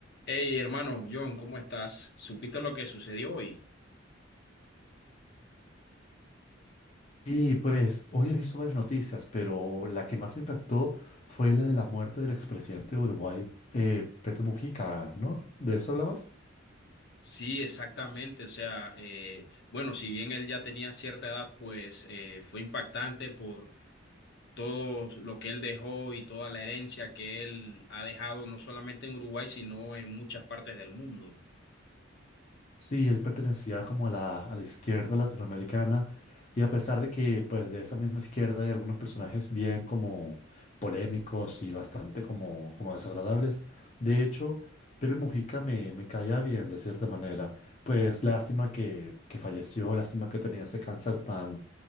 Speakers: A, on the left; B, on the left.
A: Hey, hermano, John, ¿cómo estás? ¿Supiste lo que sucedió hoy?
B: Y pues hoy he visto varias noticias, pero la que más me impactó fue la de la muerte del expresidente de Uruguay, eh, Pepe Mujica, ¿no? ¿De eso hablabas?
A: Sí, exactamente. O sea, eh, bueno, si bien él ya tenía cierta edad, pues eh, fue impactante por todo lo que él dejó y toda la herencia que él ha dejado, no solamente en Uruguay, sino en muchas partes del mundo.
B: Sí, él pertenecía como a la, a la izquierda latinoamericana y a pesar de que pues de esa misma izquierda hay algunos personajes bien como polémicos y bastante como, como desagradables, de hecho, Pepe Mujica me, me caía bien de cierta manera, pues lástima que, que falleció, lástima que tenía ese cáncer tan